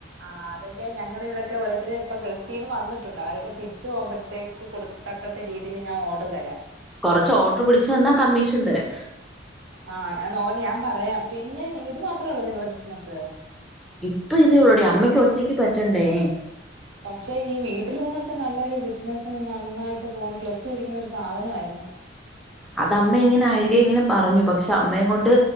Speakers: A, on the right; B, in the centre.
A: ആഹ് അതൊക്കെ ഞങ്ങള്. ഇവിടെയൊക്കെ ഓരോത്തര് ഇപ്പ ഗൾഫിന് വന്നിട്ടുണ്ട് അവരൊക്കെതിരിച്ചു പോകുമ്പോഴ ത്തേക്ക് കൊടുത്തക്കത്ത രീതിയിൽ ഞാൻ ഓർഡർ തരാം.
B: കൊറച്ച് ഓർഡർ പിടിച്ചു തന്നാ കമ്മീഷൻ തരാം.
A: ആഹ് ഞാൻ നോക്കട്ടെ ഞാൻ പറയാം. പിന്നെ ഇത് മാത്രേള്ളൂ നിങ്ങളുടെ ബിസിനസ്സ്.
B: ഇപ്പൊ ഇതേ ഉള്ളൂടി അമ്മക്ക് ഒറ്റയ്ക്ക് പറ്റണ്ടേ.
A: പക്ഷേ ഈ വീട്ടില് ഊണൊക്കെ നല്ലൊരു ബിസിനസ് നന്നായിട്ടുണ്ട് പോകുന്ന ക്ലച്ച് പിടിക്കുന്നൊരു സാധനമായിരുന്നു.
B: അതമ്മ ഇങ്ങനെ ഐഡിയ ഇങ്ങനെ പറഞ്ഞു. പക്ഷെ അമ്മയെ കൊണ്ട്